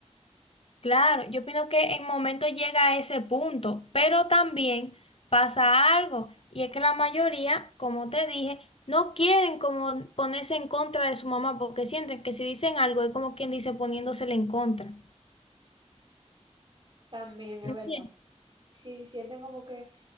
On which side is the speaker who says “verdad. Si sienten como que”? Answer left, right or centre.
Right